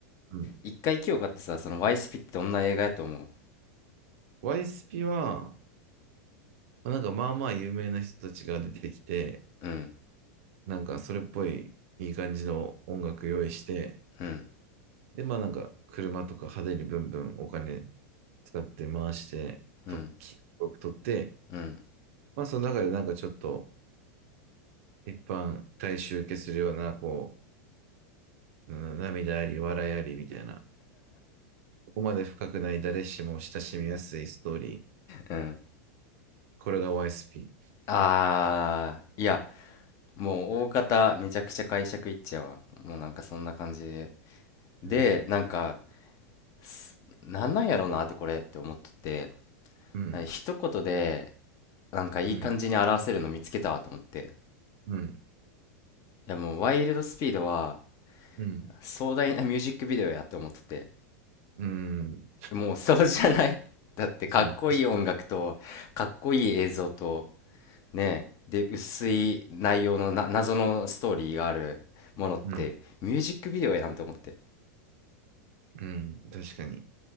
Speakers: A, on the right; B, on the left.
A: うん
B: 一回清香ってさそのワイスピってどんな映画やと思う
A: ワイスピは、まあなんかまあまあ有名な人たちが出てきて、
B: うん
A: なんかそれっぽいいい感じの音楽用意して、
B: うん
A: で、まあなんか車とか派手にブンブンお金使って回して、
B: うん
A: と、き、撮って、
B: うん
A: まあ、その中でなんかちょっと、一般大衆受けするような、こう、うん涙あり、笑いありみたいな、ここまで深くない誰しも親しみやすいストーリー。
B: うん
A: これが YSP。
B: あーいやもう大方めちゃくちゃ解釈いっちゃうわもうなんかそんな感じででなんか
A: うん、
B: すなんなんやろうなってこれって思っとって
A: うん、
B: あ一言でなんかいい感じに表せるの見つけたわと思って
A: うん、うん、
B: いやもうワイルドスピードは
A: うん、うん。
B: 壮大なミュージックビデオやって思っとって
A: うん、うん、
B: もうそうじゃない <laughs> だってかっこいい音楽とかっこいい映像と
A: うん、
B: ねで薄い内容のな謎のストーリーがあるものってミュージックビデオやんと思って
A: うん、うん確かに。